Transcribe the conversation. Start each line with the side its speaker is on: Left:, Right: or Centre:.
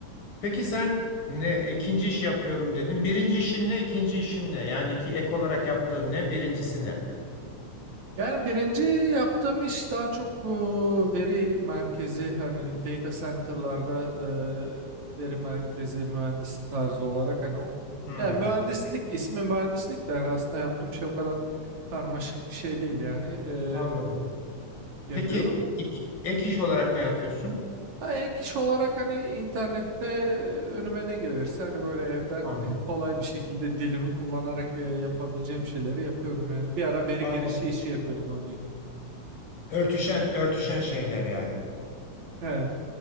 Left: Peki sen ne ikinci iş yapıyorum dedin. Birinci işin ne, ikinci işin ne? Yani iki ek olarak yaptığın ne, birincisi ne?
Right: Yani birinci yaptığım iş daha çok e, veri merkezi hani data center'larda e, veri merkezi mühendisi tarzı olarak hani o
Left: Hı,
Right: yani mühendislik ismi mühendislik de yani aslında yaptığım şey o kadar karmaşık bir şey değil yani e,
Left: anladım.
Right: yapıyorum.
Left: Peki iki- ek iş olarak ne yapıyorsun?
Right: Ha, ek iş olarak hani internette önüme ne gelirse hani böyle evden
Left: Anladım.
Right: <laughs> e, kolay bir şekilde dilimi kullanarak e, yapabileceğim şeyleri yapıyorum yani. Bir ara veri
Left: Anladım.
Right: girişi işi yapıyordum örneğin.
Left: Örtüşen örtüşen şeyler yani.
Right: Evet.